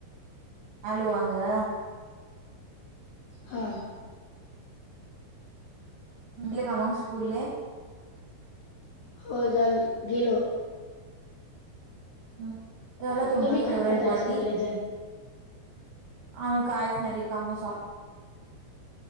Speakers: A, on the right (about 70°); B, on the left (about 85°).
A: आलू वांगा.
B: हा.
A: संपले का मंग स्कुल
B: हो जाल गेलो.
A: हम्म झाला
B: अ,
A: तुमच्या
B: तुम्ही का
A: फेवरेल
B: करताय
A: पार्टी?
B: सगळेजण
A: आम्ही काहीच नाही रिकामच आलो.